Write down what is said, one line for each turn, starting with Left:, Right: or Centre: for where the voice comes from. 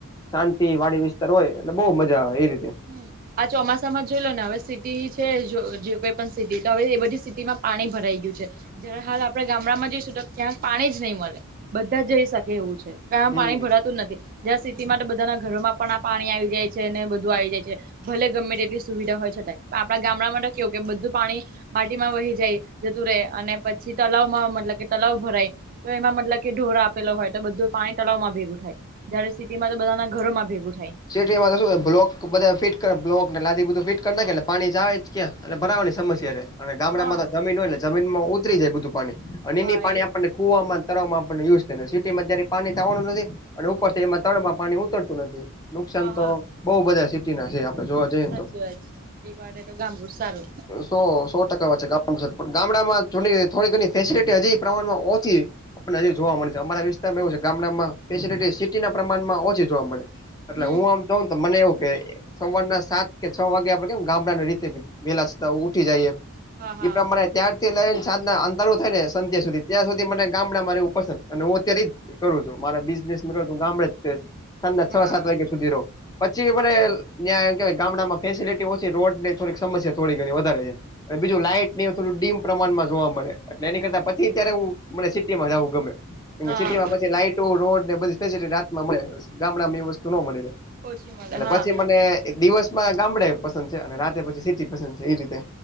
Left: શાંતિ વાડી વિસ્તાર હોય એટલે બહુ મજા આવે એ રીતે.
Right: હમ આ ચોમાસામાં જોઈ લો ને હવે સિટી છે જે કોઈ પણ સિટી તો હવે એ બધી સિટીમાં પાણી ભરાઈ ગયું છે. જરા હાલ આપડે ગામડામાં જઈશું તો ક્યાંક પાણી જ નહી મળે બધા જઈ શકે એવું છે. ઘણા
Left: હમ
Right: પાણી ભરાતું જ નથી જ્યાં સિટી મા ને બધાના ઘરોમાં પણ આ પાણી આવી જાય છે ને બધું. આવી જાય છે ભલે ગમે તેટલી સુવિધા હોય છતાંય પણ આપડા ગામડા મા તો કેવું કે બધું પાણી. વાડીમાં વહી જાય જતું રે અને પછી તલાવમાં મતલબ કે તલાવ ભરાય. તો એમાં મતલબ કે ઢોરો આપેલો હોય તો બધું પાણી તળવમાં ભેગું થાય. જયારે સીટીમાં તો બધાના ઘરોમાં ભેગું થાય.
Left: સિટી માં તો શું બ્લોક બધા ફિટ બ્લોક ને લાદી બધું ફિટ કરી નાખે એટલે પાણી જાવે જ ક્યાં અને ભરાવાની સમસ્યા રે. અને ગામડામાં
Right: હા
Left: તો જમીન હોય એટલે જમીનમાં ઉતરી જાય બધું પાણી અને
Right: હા
Left: ઈને ઈ પાણી
Right: એ
Left: આપણને. કુવામાં તરાવમાં આપણને યુઝ થાય સિટીમાં ક્યારે પાણી થવાનું નથી. અને ઉપર થી એમાં તળમાં પાણી ઉતરતું નથી નુકસાન
Right: હા હા
Left: તો બહુ બધા સિટી ના છે આપડે જોવા. જઈએ
Right: સાચી
Left: ને તો
Right: વાત છે ઈ માટે તો ગામડું સારું.
Left: સો સો ટકા વાત છે ગામ ગામડામાં થોડી ઘણી ફેસિલિટી હજી પ્રમાણમાં ઓછી. આપણને હજી જોવા મળે છે અમારા વિસ્તારમાં એવું છે ગામડામાં. ફેસિલીટી સીટી ના પ્રમાણમાં ઓછી જોવા મળે એટલે
Right: હમ
Left: હું આમ જાઉંને તો મને એવું કે. સવારના સાત કે છ વાગે આપડે કેમ ગામડાના રીતે વેલા છતા ઉઠી જઈએ.
Right: હા હા
Left: ઈ પ્રમાણે. ત્યારથી લઈ ને સાજના અંધારુ થાય ને સંધ્યા સુધી ત્યાં સુધી મને ગામડા મા રેવું પસંદ અને હું અત્યારે ઈજ. કરું છું મારા બિઝનેસ ને ગામડે જ તે સાંજના
Right: હા
Left: છ સાત વાગ્યા સુધી રહું. પછી મને ન્યા કેવાય ગામડામાં ફેસિલટી ઓછી રોડ ની થોડીક સમસ્યા થોડી ઘણી વધારે છે. બીજું લાઈટ ની થોડું ડીમ પ્રમાણમાં જોવા મળે. તેની
Right: હા
Left: કરતા
Right: હા
Left: પછી અત્યારે હું મને સિટીમાં જાઉ ગમે
Right: હા
Left: સિટીમાં પછી લાઈટો રોડ. બધી ફેસિલિટી રાતમાં મળે ગામડામાં એ વસ્તુ નો મળી રહે
Right: ઓછી મળે
Left: અને
Right: હા
Left: પછી મને. દિવસમાં ગામડે પસંદ છે અને રાતે પછી સિટી પસંદ છે એ રીતે.